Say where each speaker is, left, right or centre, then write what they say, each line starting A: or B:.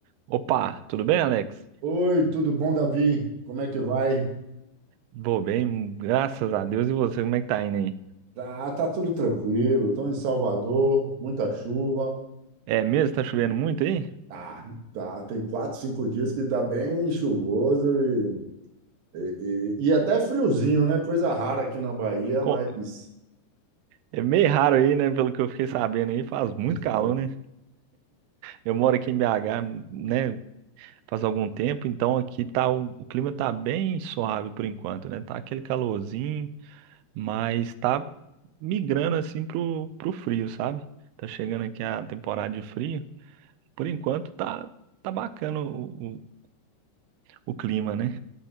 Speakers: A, on the right (about 85°); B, on the right (about 65°).
A: Opa, tudo bem, Alex?
B: Oi, tudo bom, Davi? Como é que vai?
A: Vou bem, graças a Deus. E você, como é que tá indo aí?
B: Tá, tá tudo tranquilo. Estou em Salvador, muita chuva.
A: É mesmo? Tá chovendo muito aí?
B: Tá, tá. Tem quatro, cinco dias que tá bem chuvoso e, e, e- e até friozinho, né? Coisa rara aqui na Bahia,
A: Co-
B: mas.
A: É meio raro aí, né? Pelo que eu fiquei sabendo aí, faz muito
B: é,
A: calor, né? Eu moro aqui em BH, né? Faz algum tempo, então aqui tá o, o clima tá bem suave por enquanto, né? Tá aquele calorzinho, mas tá migrando assim pro, pro frio, sabe? Tá chegando aqui a temporada de frio. Por enquanto tá, tá bacana o, o, o clima, né?